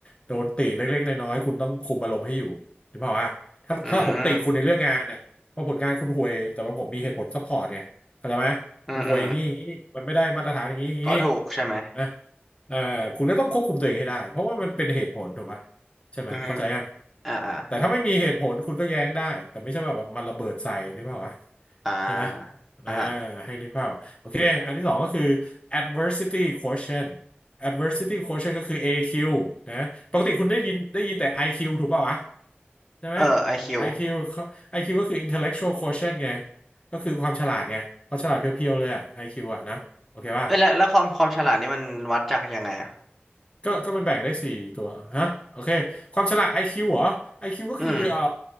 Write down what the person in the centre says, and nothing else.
อืม อืมอืมก็ถูกใช่ไหม
อือฮึอ่าอ่า
อ่า
อ่าฮะ
เออไอคิว
เอ้ยแล้วแล้วความความฉลาดนี่มันวัดจากยังไงอ่ะ
อืม